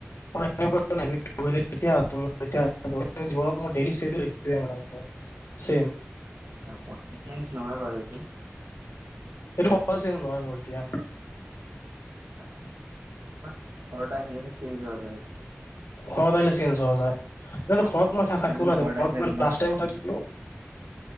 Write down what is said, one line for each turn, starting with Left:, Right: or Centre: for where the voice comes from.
Left: এনেকুৱাকে নেভিত পঢ়িলে এতিয়া <unintelligible> জীৱনত মোৰ চেডোল এইটোৱে মানে
Right: যা পতকে চেঞ্জ নহয় বাৰু এইটো।
Left: সেইটো ক <unintelligible> ঘৰৰ মূৰ্তিয়া
Right: তাকে বা ঘৰ আহিলেহে চেঞ্জ হোৱা যায়
Left: ঘত আহিলে চেইঞ্জ হোৱা যায় নন ঘৰত মই <unintelligible>
Right: উম
Left: ঘৰত
Right: আহিলে
Left: মই
Right: তোমাৰ
Left: লাষ্ট টাইম থাকিলো
Right: উম